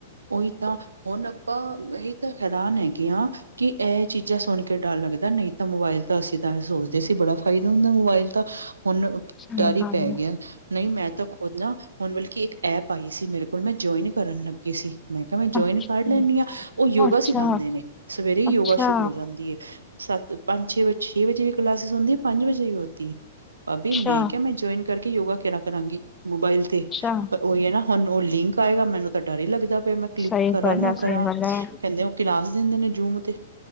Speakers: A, on the right; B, on the left.
A: ਓਹੀ ਤਾ ਹੁਣ ਆਪਾਂ ਇਹੀ ਤਾਂ ਹੈਰਾਨ ਹੈਗੇ ਆ। ਕਿ ਇਹ ਚੀਜ਼ਾਂ ਸੁਣ ਕੇ ਡਰ ਲੱਗਦਾ ਨਹੀ ਤਾਂ ਮੋਬਾਇਲ ਤਾਂ ਅਸੀਂ ਤਾਂ ਸੋਚਦੇ ਸੀ ਬੜਾ ਫਾਇਦਾ ਹੁੰਦਾ ਮੋਬਾਇਲ। ਤਾਂ ਹੁਣ
B: ਸਹੀ
A: ਡਰ ਈ
B: ਗੱਲ
A: ਪੈ ਗਿਆ
B: ਹੈ,
A: ਨਹੀਂ ਮੈਂ ਤਾਂ ਖੁਦ ਨਾ ਹੁਣ ਬਲਕਿ ਇੱਕ ਐਪ ਆਈ ਸੀ, ਮੇਰੇ ਕੋਲ ਮੈ ਜੁਆਇਨ ਕਰਨ ਲੱਗੀ ਸੀ। ਮੈ ਕਿਹਾ ਮੈਂ ਜੁਆਇਨ
B: ਅੱਛਾ।
A: ਕਰ ਲੈਣੀ ਆ। ਉਹ ਯੋਗਾ
B: ਅੱਛਾ,
A: ਸਿਖਾਦੇ ਨੇ, ਸਵੇਰੇ ਹੀ
B: ਅੱਛਾ,
A: ਯੋਗਾ ਸ਼ੁਰੂ ਹੋ ਜਾਂਦੀ ਐ। ਸੱਤ, ਪੰਜ, ਛੇ ਵਜੇ, ਛੇ ਵਜੇ ਵੀ ਕਲਾਸਿਸ ਹੁੰਦੀ ਪੰਜ ਵਜੇ ਹੋਤੀ ਐ। ਅਭੀ
B: ਅੱਛਾ,
A: ਮੈ ਕਹਿਆ ਮੈਂ ਜੁਆਇਨ ਕਰਕੇ ਯੋਗਾ ਕਰਾ ਕਰਾਗੀ ਮੋਬਾਇਲ ਤੇ।
B: ਅੱਛਾ
A: ਉਹੀ ਐ ਨਾ ਹੁਣ ਉਹ ਲਿੰਕ ਆਏਗਾ ਮੈਨੂੰ ਤਾਂ ਡਰ ਈ ਲੱਗਦਾ ਪ ਮੈਂ ਕਲਿੱਕ
B: ਸਹੀ
A: ਕਰਾਂ
B: ਗੱਲ
A: ਨਾ
B: ਐ, ਸਹੀ
A: ਕਰਾਂ
B: ਗੱਲ ਐ।
A: ਕਹਿੰਦੇ ਕਲਾਸ ਦਿੰਦੇ ਨੇ ਜੂਮ ਤੇ।